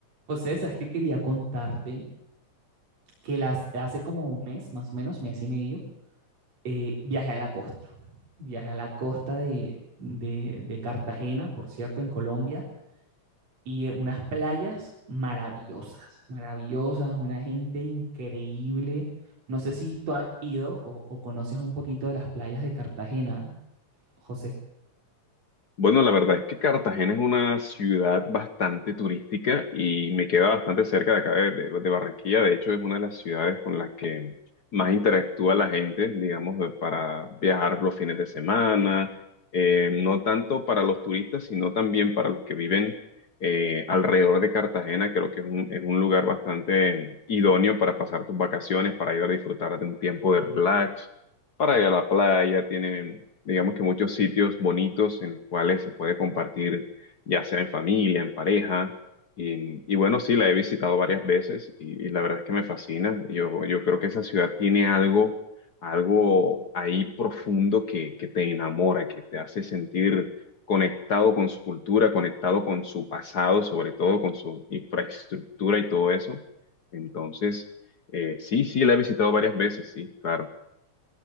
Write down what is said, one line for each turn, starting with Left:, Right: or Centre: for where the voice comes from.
Right: José, sabes que quería contarte que las, hace como un mes, más o menos, mes y medio, eh, viajé a la costa. Viajé a la costa de, de- de Cartagena, por cierto, en Colombia, y eh, unas playas maravillosas, maravillosas, una gente increíble. No sé si tú has ido o, o conoces un poquito de las playas de Cartagena, José.
Left: Bueno, la verdad es que Cartagena es una ciudad bastante turística y me queda bastante cerca de acá de, de- de Barranquilla. De hecho, es una de las ciudades con las que más interactúa la gente, digamos, de- para viajar los fines de semana, eh, no tanto para los turistas, sino también para los que viven eh, alrededor de Cartagena. Creo que es un, es un lugar bastante idóneo para pasar tus vacaciones, para ir a disfrutar de un tiempo de relax para ir a la playa, tienen, digamos que muchos sitios bonitos en los cuales se puede compartir, ya sea en familia, en pareja. Y, y bueno, sí, la he visitado varias veces y, y la verdad es que me fascina. Yo, yo creo que esa ciudad tiene algo, algo ahí profundo que, que te enamora, que te hace sentir conectado con su cultura, conectado con su pasado, sobre todo con su infraestructura y todo eso. Entonces, eh, sí, sí, la he visitado varias veces, sí, claro.